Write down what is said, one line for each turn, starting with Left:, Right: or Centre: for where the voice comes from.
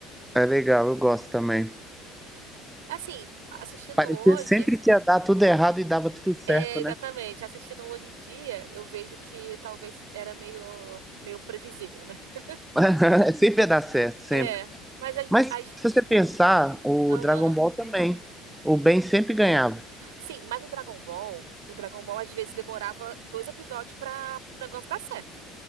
Centre: É legal, eu gosto também.
Right: Assim, assistindo
Centre: Parecia
Right: hoje,
Centre: sempre que ia dar tudo errado e dava tudo certo,
Right: É, exatamente.
Centre: né?
Right: Assistindo hoje em dia, eu vejo que talvez era meio, meio previsível, né? <laughs>
Centre: <laughs> Sempre ia dar certo, sempre.
Right: É, mas as, bu-
Centre: Mas
Right: as,
Centre: se você pensar, o
Right: aham.
Centre: Dragon Ball também. O Ben sempre ganhava.
Right: Sim, mas o Dragon Ball, o Dragon Ball às vezes demorava dois episódios para o negócio dar certo.